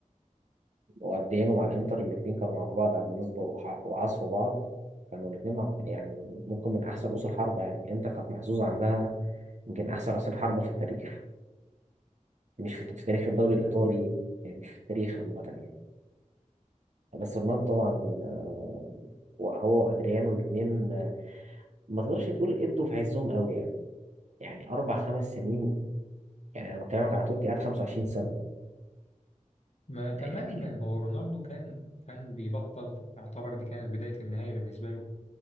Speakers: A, on the right; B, on the left.
A: وقديانو مع الانتر الاثنين كانوا مع بعض على بالنسبه وح- وعصفوا بعض كانوا الاثنين مع- يعني ممكن من احسن رؤوس الحربه يعني انتر كانت محظوظه عندها يمكن احسن رأسين حربة في التاريخ مش في, في تاريخ الدوري الايطالي يعني مش في التاريخ عامة يعني بس رونالدو طبعا آه، هو وادريانو الاثنين ما تقدرش تقول ادوا في عزهم قوي يعني يعني اربع خمس سنين يعني انا بكلمك على توتي قعد 25 سنة
B: ما تمام
A: يعني في
B: هو رونالدو كان كان بيبطل يعتبر دي كانت بداية النهاية بالنسبة له